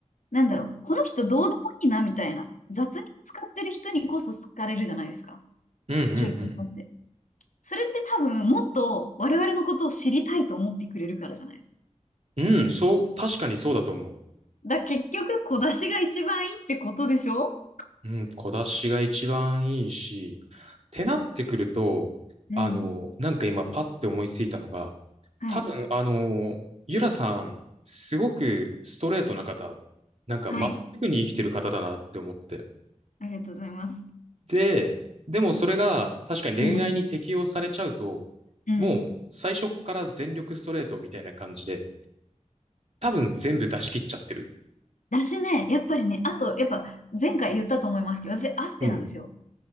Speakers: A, on the left; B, on the right.
A: なんだろう、この人どうでもいいなみたいな、雑に使ってる人にこそ好かれるじゃないですか、
B: うんうん
A: 傾向として。それって多分、もっと我々のことを知りたいと思ってくれるからじゃないですか。
B: うん。うん、そう、確かにそうだと思う。
A: だ、結局、小出しが一番いいってことでしょ
B: うん、小出しが一番いいし、ってなってくると、
A: うん。
B: あの、なんか今パッて思いついたのが、
A: はい。
B: 多分、あの、ゆらさん、すごくストレートな方、なんかまっすぐに生きてる方だなって思って。
A: はい。ありがとうございます。
B: で、でもそれが確かに恋愛に適用されちゃうと、
A: うん。うん。
B: もう最初っから全力ストレートみたいな感じで、多分全部出し切っちゃってる。
A: だしね、やっぱりね、あと、やっぱ前回言ったと思いますけど、私、アスペなんですよ。
B: うん。